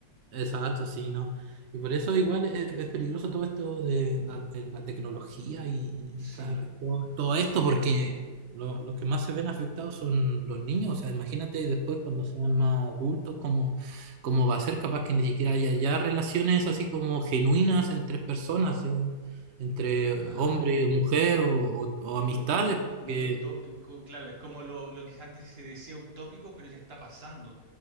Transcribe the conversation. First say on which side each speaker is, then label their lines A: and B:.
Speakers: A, on the right (about 80°); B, on the right (about 35°).
A: Exacto, sí, ¿no? Y por eso igual es, es peligroso todo esto de la, de la tecnología y,
B: Sí.
A: y estar- todo, todo esto, porque lo- los que más se ven afectados son los niños. O sea, imagínate después cuando sean más adultos, cómo, cómo va a ser, capaz que ni siquiera haya ya relaciones así como genuinas entre personas, eh, entre
B: Ay,
A: hombre o mujer o, o- o
B: Es
A: amistades.
B: como muy, muy
A: Que,
B: utópico, claro, es como lo, lo que antes se decía utópico, pero ya está pasando.